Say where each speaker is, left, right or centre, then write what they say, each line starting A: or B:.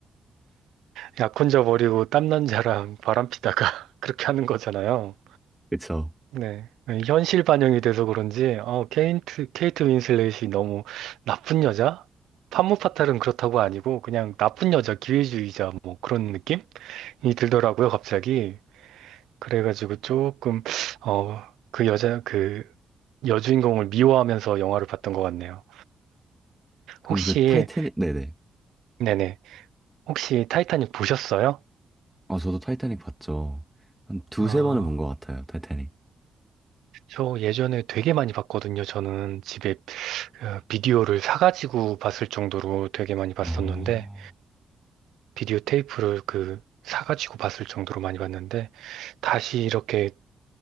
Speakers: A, on the right; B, in the centre.
A: <laughs> 약 혼자 버리고 땀난 자랑 바람피다가 <laughs> 그렇게 하는 거잖아요.
B: 그쵸?
A: 네. 현실 반영이 돼서 그런지, 어, 케인트, 케이트 윈슬렛이 너무 나쁜 여자? 판무파탈은 그렇다고 아니고, 그냥 나쁜 여자, 기회주의자, 뭐 그런 느낌이 들더라고요, 갑자기. 그래가지고 조금, 어, 그 여자, 그 여주인공을 미워하면서 영화를 봤던 것 같네요.
B: 그럼
A: 혹시,
B: 그 타이타닉 네네.
A: 네네. 혹시 타이타닉 보셨어요?
B: 아 저도 타이타닉 봤죠. 한 두세
A: 아,
B: 번은 본 것 같아요. 타이타닉.
A: 저 예전에 되게 많이 봤거든요. 저는 집에 그 비디오를 사가지고 봤을 정도로 되게 많이 봤었는데,
B: 어,
A: 비디오 테이프를 그 사가지고 봤을 정도로 많이 봤는데, 다시 이렇게